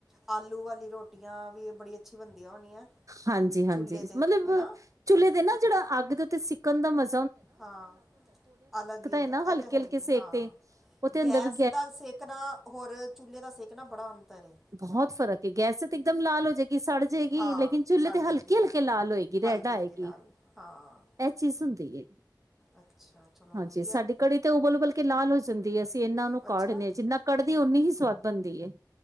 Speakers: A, in the centre; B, on the right.
A: ਆਲੂ ਵਾਲੀ ਰੋਟੀਆਂ ਵੀ ਬੜੀ ਅੱਛੀ ਬਣਦੀਆਂ ਹੋਣੀਆਂ
B: ਹਾਂਜੀ-ਹਾਂਜੀ
A: ਚੁੱਲ੍ਹੇ ਤੇ
B: ਮਤਲਬ
A: ਹੈਨਾ
B: ਚੁੱਲ੍ਹੇ ਦੇ ਨਾ ਜਿਹੜਾ ਅੱਗ ਤੇ ਸਿੱਕਣ ਦਾ ਮਜ
A: ਹਾਂ ਅਲੱਗ ਹੀ ਹੁੰਦੈ
B: ਹੈ ਨਾ
A: ਇਹ
B: ਹਲਕੇ
A: ਤੈ ਹੈ
B: ਹਲਕੇ
A: ਹੀ ਐ
B: ਸੇਕ
A: ਹਾਂ
B: ਤੇ ਉਹਦੇ ਅੰਦਰ
A: ਗੈਸ
B: ਵੀ
A: ਦਾ ਸੇਕਨਾ ਹੋਰ ਚੁੱਲੇ ਦਾ ਸੇਕਣਾ ਬੜਾ ਅੰਤਰ ਏ
B: ਬਹੁਤ ਫ਼ਰਕ ਗੈਸ ਤੇ ਇਕਦਮ ਲਾਲ ਹੋ ਜੇਗੀ ਸੜ ਜੇਗੀ
A: ਹਾਂ
B: ਲੇਕਿਨ, ਚੁੱਲ੍ਹੇ
A: ਸੜ
B: ਤੇ
A: ਜਾਂਦੀ
B: ਹਲਕੀ ਹਲਕੇ
A: ਹੈ
B: ਲਾਲ ਹੋਏਗੀ ਰੈਡ
A: ਹਲਕੀ
B: ਆਏਗੀ,
A: ਹਲਕੀ ਲਾਲ ਹਾਂ
B: ਐ ਚੀਸ ਹੁੰ <unintelligible>
A: ਅੱਛਾ ਚਲੋ
B: ਹਾਂਜੀ,
A: ਵਧੀਆ
B: ਸਾਡੀ ਕੜੀ ਤੇ ਉਬਲ ਉਬਲ ਕੇ ਲਾਲ ਹੋ ਜਾਂਦੀ ਏ, ਅਸੀਂ ਏਨਾ ਓਨੂੰ
A: ਅੱਛਾ
B: ਕਾੜਨੇ ਆ ਜਿੰਨਾ ਕੱੜਦੀ ਓਨੀ ਹੀ ਸ ਸਵਾਦ ਬਨਦੀ ਏ।